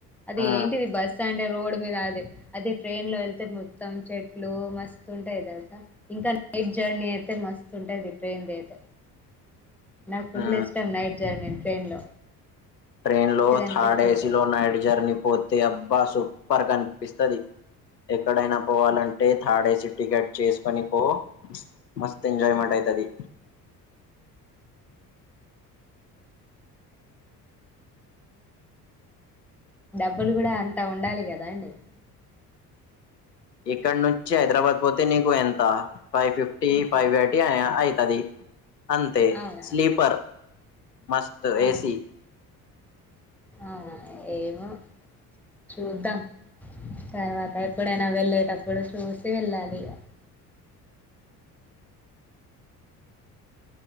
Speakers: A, in the centre; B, on the left.
A: అది
B: ఆ
A: ఏంటిది బస్ అంటే రోడ్ మీద అది అద ట్రైన్ లో వెళ్తే మొత్తం చె ఇట్లు మస్తుంటాయి తెలుసా ఇంకా నైట్ జర్నీ అయితే మస్తు ఉంటాది ట్రైన్ది అయితే నాకు ఫుల్
B: ఆ
A: ఇష్టం నైట్ జర్నీ ట్రైన్ లో
B: ట్రైన్
A: మంచిగా
B: లో థాడ్
A: అనిపిస్తది
B: ఏసి లో నైట్ జర్నీ పోతే అబ్బా సూపర్గా కనిపిస్తుది ఎక్కడైనా పోవాలంటే థర్డ్ ఏసీ టికెట్ చేసుకొని పో మస్త్ ఎంజాయమెంట్ అయితేది
A: డబ్బులు కూడా అంతా ఉండాలి కదా అండి
B: ఇక్కడ నుంచి హైదరాబాద్ పోతే నీకు ఎంత ఫైవ్ ఫిఫ్టీ
A: ఎంత
B: ఫైవ్ ఎర్టీ అయితది అంతే
A: అవునా
B: స్లీపర్ మస్త్
A: ఆ
B: ఏసి
A: అవునా ఏమో చూద్దాం తర్వాత ఎప్పుడైనా వెళ్ళేటప్పుడు చూసి వెళ్ళాలి ఇక